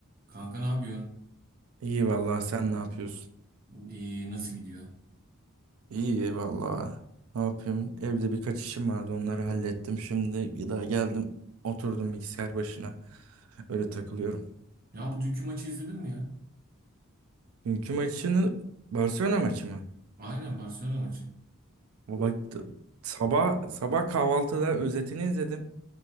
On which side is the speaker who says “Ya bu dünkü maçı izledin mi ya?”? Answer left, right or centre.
Right